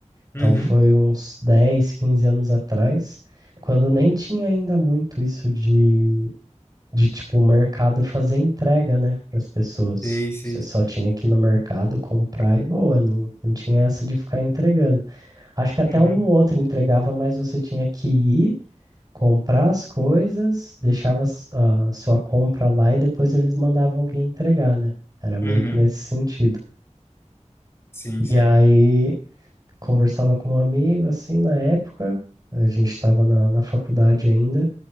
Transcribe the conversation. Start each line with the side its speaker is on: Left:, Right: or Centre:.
Right: Então
Left: Uhum.
Right: foi uns 10, 15 anos atrás, quando nem tinha ainda muito isso de, de tipo, o mercado fazer entrega, né, para as pessoas.
Left: Sei, sei.
Right: Você só tinha que ir no mercado comprar e boa, não, não tinha essa de ficar entregando. Acho que até
Left: Uhum.
Right: um ou outro entregava, mas você tinha que ir comprar as coisas, deixava s- a sua compra lá e depois eles mandavam alguém entregar, né? Era meio
Left: Uhum.
Right: que nesse sentido.
Left: Sim, sim.
Right: E aí conversava com um amigo, assim, na época, a gente estava na, na faculdade ainda,